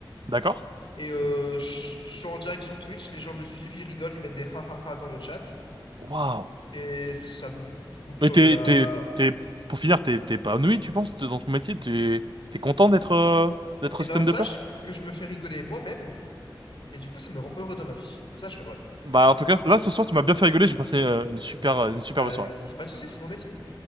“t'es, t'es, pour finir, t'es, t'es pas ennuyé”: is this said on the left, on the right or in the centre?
Right